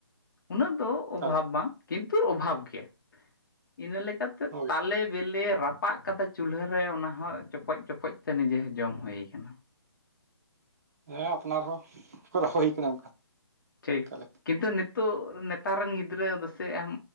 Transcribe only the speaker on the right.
ᱠᱟᱞᱮ
ᱦᱳᱭ
ᱦᱮᱸ ᱟᱯᱱᱟᱨ ᱦᱚᱸ ᱠᱚᱨᱟᱣ ᱦᱩᱭ ᱠᱟᱱᱟ ᱚᱱᱠᱟ
ᱛᱟᱦᱞᱮ